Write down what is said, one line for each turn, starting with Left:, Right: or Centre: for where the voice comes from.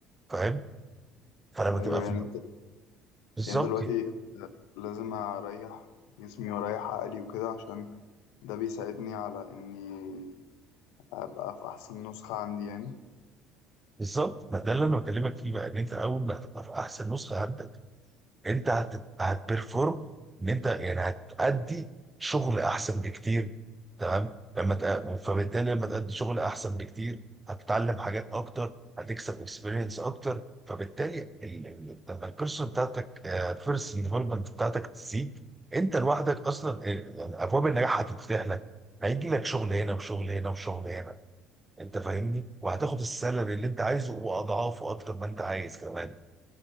Right: فاهم فلما
Left: أيوة
Right: تبقى في
Left: يعني أنت
Right: بالظبط
Left: يعني أنت دلوقتي لازم أريح جسمي وأريح عقلي وكده عشان ده بيساعدني على إني ابقى في احسن نسخة عندي يعني
Right: بالظبط ما ده اللي انا بكلمك فيه بقى ان انت اول ما هتبقى في احسن نسخه عندك انت هت هتبرفورم ان انت يعني هتأدي شغل احسن بكتير تمام لما تق... فبالتالي لما تأدي شغل احسن بكتير هتتعلم حاجات اكتر هتكسب اكسبيرينس اكتر فبالتالي ال- ال- لما البيرسون بتاعتك البيرسون ديفلوبمنت بتاعتك تزيد انت لوحدك اصلا آه، يعني ابواب النجاح هتتفتح لك هيجي لك شغل هنا وشغل هنا وشغل هنا انت فاهمني وهتاخد السالري اللي انت عايزه واضعافه اكتر ما انت عايز كمان